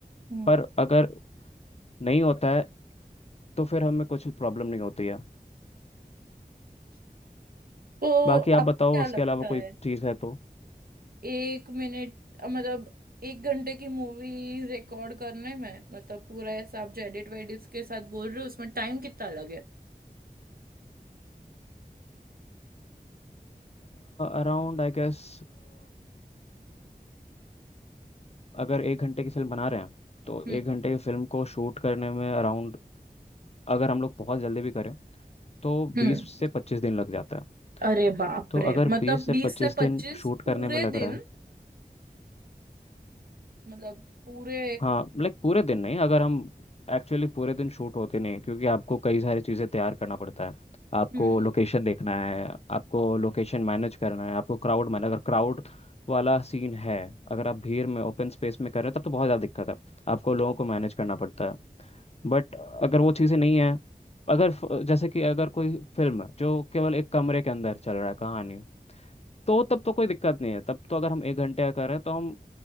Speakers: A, on the right; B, on the left.
A: हम्म
B: पर अगर नहीं होता है तो फिर हमें कुछ प्रॉब्लम नहीं होती है
A: तो
B: बाकी आप
A: आपको
B: बताओ
A: क्या
B: उसके
A: लगता
B: अलावा कोई
A: है
B: चीज़ है तो
A: एक मिनट मतलब एक घंटे की मूवी रिकॉर्ड करने में मतलब पूरा ऐसा आप जो एडिट वेडिट के साथ बोल रहे हो उसमें टाइम कितना लगे
B: अराउंड आई गेस अगर एक घंटे की फिल्म बना रहे हैं तो
A: हम्म
B: एक घंटे की फिल्म को शूट करने में अराउंड अगर हम लोग बहुत जल्दी भी करें तो
A: हम्म
B: बीस से पच्चीस दिन लग जाता है
A: अरे बाप
B: तो
A: रे
B: अगर
A: मतलब
B: बीस से
A: बीस
B: पच्चीस
A: से पच्चीस
B: दिन शूट करने
A: पूरे
B: में लग
A: दिन
B: रहा है
A: मतलब पूरे
B: हाँ लाइक पूरे दिन नहीं अगर हम एक्चुअली पूरे दिन शूट होते नहीं हैं, क्योंकि आपको कई सारी चीज़ें तैयार करना पड़ता है आपको
A: हम्म
B: लोकेशन देखना है आपको लोकेशन मैनेज करना है आपको क्राउड मैनेज अगर क्राउड वाला सीन है अगर आप भीड़ में ओपन स्पेस में कर रहे हैं तब तो बहुत ज़्यादा दिक्कत है आपको लोगों को मैनेज करना पड़ता है बट अगर वो चीज़ें नहीं है अगर फ- जैसे कि अगर कोई फिल्म जो केवल एक कमरे के अंदर चल रहा है कहानी तो तब तो कोई दिक्कत नहीं है तब तो अगर हम एक घंटे का कर रहे हैं तो हम